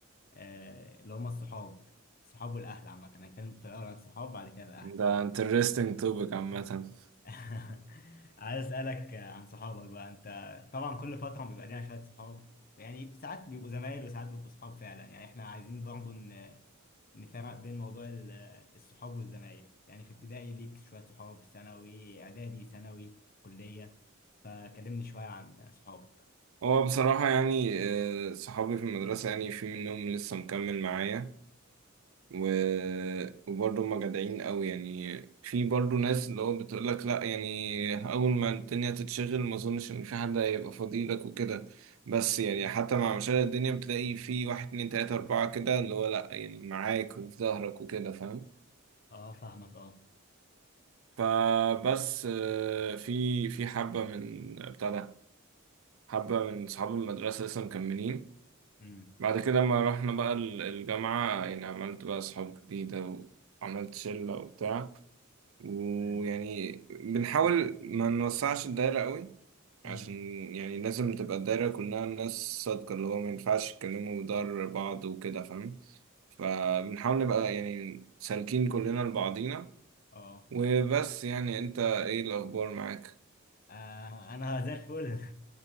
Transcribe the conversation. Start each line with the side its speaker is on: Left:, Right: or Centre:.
Left: آه، اللي هما الصحاب الصحاب والاهل عامة انا هتكلم في الاول عن الصحاب بعد كده الاهل
Right: ده interesting topic عامة
Left: <laughs> عايز اسالك عن صحابك بقى انت طبعا كل فتره بيبقى لنا شويه صحاب يعني في ساعات بيبقوا زمايل وساعات بيبقوا صحاب فعلا يعني احنا عايزين برضو ن- نفرق بين موضوع ال- الصحاب والزمايل يعني في ابتدائي ليك شويه صحاب ثانوي اعدادي ثانوي كليه فكلمني شويه عن صحابك
Right: هو بصراحة يعني آه، صحابي في المدرسة يعني في منهم لسه مكمل معايا و... وبرضه هما جدعين قوي يعني في برضه ناس اللي هو بتقولك لا يعني أول ما الدنيا تتشغل ما أظنش إن في حد هيبقى فضيلك وكده بس يعني حتى مع مشاغل الدنيا بتلاقي في واحد اتنين تلاتة أربعة كده اللي هو لا يعني معاك وفي ظهرك وكده فاهم
Left: اه فاهمك اه
Right: فبس آه، في في حبة من بتاع ده حبة من صحاب المدرسة لسه مكملين
Left: امم
Right: بعد كده ما رحنا بقى ال- الجامعة يعني عملت بقى صحاب جديدة وعملت شلة وبتاع ويعني
Left: تمام
Right: بنحاول ما نوسعش الدايرة قوي
Left: امم
Right: عشان يعني لازم تبقى الدايرة كلها ناس صادقة اللي هو ما ينفعش يتكلموا ضر بعض وكده فاهم فبنحاول نبقى يعني سالكين كلنا لبعضينا
Left: اه
Right: وبس يعني انت ايه الأخبار معاك؟
Left: آه، انا زي الفل <laughs>